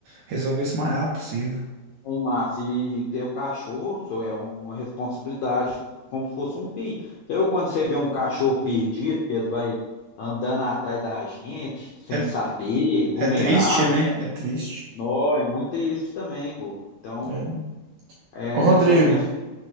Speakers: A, on the right; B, on the left.
A: resolver isso o mais rápido possível.
B: Hein, Márcio, e ter o cachorro só é um- uma responsabilidade como se fosse um filho. Eu, quando você vê um cachorro perdido, que eles vai andando atrás da gente, sem
A: É,
B: saber, vulnerável,
A: é triste, né?
B: né?
A: É triste.
B: Nó, é muito triste também, bobo. Então,
A: É.
B: é,
A: Ô, Rodrigo.
B: eu penso.